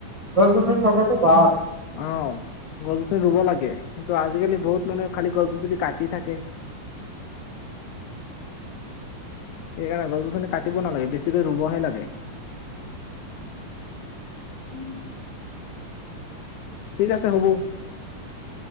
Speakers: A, on the right; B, on the left.
A: গছ গছনি থকাতটো ভাল
B: অ গছ গছনি ৰুব লাগে কিন্তু আজিকালি বহুত মানুহে খালি গছ গছ কাটি থাকে সেইকাৰণে গছ গছনি কাটিব নালাগে বেছিকৈ ৰুবহে লাগে
A: উম
B: ঠিক আছে হ'ব